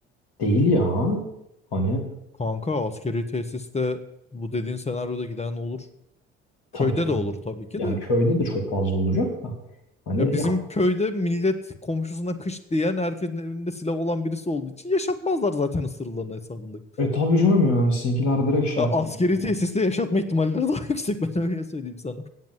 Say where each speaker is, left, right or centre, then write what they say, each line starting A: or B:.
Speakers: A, on the left (about 75°); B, on the left (about 20°).
A: Değil ya. Hani
B: Kanka askeri tesiste bu dediğin senaryoda giden olur.
A: tabii
B: Köyde
A: ki
B: de
A: olacak.
B: olur tabii ki
A: Yani
B: de.
A: köyde de çok fazla olacak da. Hani
B: Ya bizim
A: ya
B: köyde millet komşusuna kış diyen herkesin evinde silah olan birisi olduğu için yaşatmazlar zaten ısırılan hesabındayım.
A: e tabii canım yani sizinkiler direkt şey
B: Ya
A: yapar
B: askeri
A: diyorlar.
B: tesiste yaşatma ihtimalleri daha <laughs> yüksek ben öyle söyleyeyim sana.